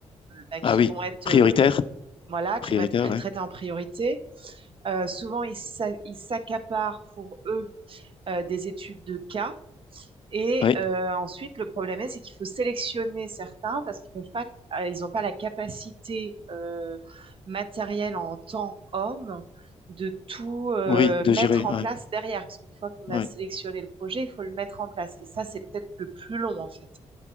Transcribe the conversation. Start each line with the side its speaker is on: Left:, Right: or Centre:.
Right: bah, qui
Left: Ah oui,
Right: vont être
Left: prioritaire,
Right: le, voilà,
Left: prioritaire,
Right: qui vont être pr-
Left: ouais.
Right: traités en priorité. Euh, souvent, ils s'a- ils s'accaparent pour eux euh, des études de cas et
Left: Ouais,
Right: euh, ensuite, le problème est, c'est qu'il faut sélectionner certains parce qu'ils peuvent pas, euh, ils n'ont pas la capacité euh, matérielle en tant homme de tout euh,
Left: oui, de
Right: mettre
Left: gérer,
Right: en
Left: ouais,
Right: place derrière. Parce qu'une fois qu'on
Left: ouais.
Right: a sélectionné le projet, il faut le mettre en place. Et ça, c'est peut-être le plus long en fait.